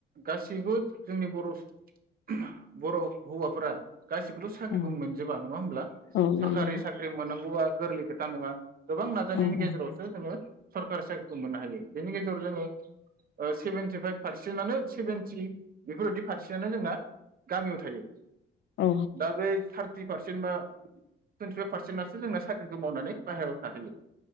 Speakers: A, on the right; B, on the left.
A: गासिबो जोंनि बर' सुह बर' हौवाफोरा गासिबोथ साख्रिखौ
B: औ
A: मोनजोबा नङा होमब्ला
B: औ
A: सरकारि
B: नंगौ
A: साख्रि मोननांगौवा। गोरलै खोथा नङा। गोबां नाजानायनि
B: औ
A: गेजेराव।
B: औ
A: जोङो सरकारि साख्रिखौ मोननो हायो। बिनि गेजेराव जोङो सेभेनटि फाइभ। पारसेन्टआनो सेभेेनटि बेफोरबायदि फारसेटआनो जोंना गामियाव थायो
B: औ
A: दा ब्रै थार थ्रि पारसेन्ट बा टुइन्टिफाइभ पार्सेन्टनासो जोंना साख्रिखौ मावनानै बाहहेरायाव थाहैयो।